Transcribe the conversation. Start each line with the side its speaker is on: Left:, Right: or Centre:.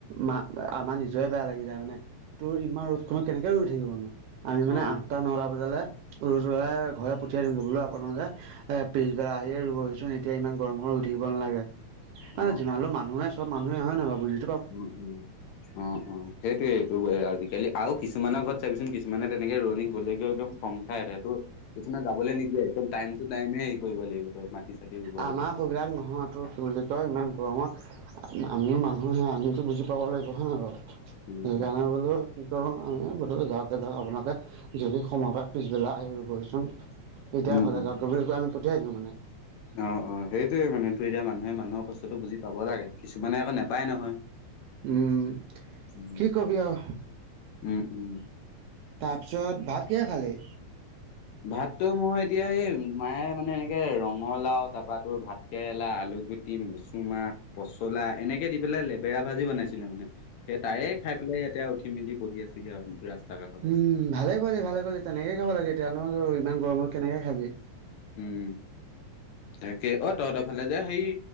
Right: মা আমাৰ নিজয়ে বেয়া লাগি যায় মানে। তোৰ ইমান ৰ'দ খনত কেনেকে ৰৈ থাকিবানো আমি মানে
Left: অ
Right: আঠটা নটা বজালে ৰ'দ ওলালে ঘৰলে পঠিয়াই দিওঁগৈ বোলো আপোনালোকে এ, পিছবেল আহিয়ে ৰুবহিচোন, এতিয়া ইমান গৰম খনত ৰোই থাকিব নালাগে। মানে
Left: অ
Right: যিমান হ'লেও মানুহে চব মানুহে হয় নহয় বাৰু বুজি
Left: উম্ উম্। অ' অ' সেইটোয়েই টো আজিকালি আৰু কিছুমানৰ ঘৰত চাবিচোন, কিছুমানে তেনেকে ৰোৱনি গ'লেগেও একদম খং খাই উঠে। টোৰ কিছুমানে যাবলৈ নিদিয়ে, একদম টাইম টু টাইমে হেৰি কৰিব লাগিব তই চাটি ৰুব
Right: আমাৰ
Left: লাগিব। মেলিব।
Right: সেইবিলাক নহয়। টোৰ কি বুলি কয়, ইমান গৰমত আমিও মানুহে আমিতো বুজি পাব লাগিব। হয় নহয় বাৰু
Left: উম,
Right: সেইকাৰণে
Left: উম,
Right: বোলো কি কৰোঁ আমি বোলো যাওঁগে যাওঁক আপোনালোকে যদি সময়ৰ পিছবেলা আহি ৰুবহিচোন। এতিয়া
Left: উম,
Right: ঘৰলে
Left: উম।
Right: জকগে বুলি আমি পঠিয়াই দিওঁ মানে।
Left: অ' অ' সেইটোয়ে মানে, এতিয়া মানুহে মানুহৰ কষ্টটো বুজি পাব লাগে। কিছুমানে নাপায় নহয়।
Right: উম,
Left: উ
Right: কি কবি আৰু
Left: উম্ উম্।
Right: তাৰপিছত ভাত কিহে খালি?
Left: ভাততো মই এতিয়া এই, মায়ে মানে এনেকে ৰঙালাও তাৰপা তোৰ ভাত কেৰেলা, আলুগুটি, মচুমা, পচলা এনেকে দি পেলাই লেবেৰা ভাজি বনাইছিলে মানে। সেই তাইে খাই পেলাই এতিয়া উঠি মেলি বহি আছোহি আৰু ৰাস্তা কাষত।
Right: উম্ ভালে কোৰিলি ভালে কৰিলি তেনেকে খাব লাগে। এতিয়া নো ইমান গৰমত কেনেকে খাবি।
Left: উম্। তাকে অ' তহঁতৰ ফালে যে হেৰী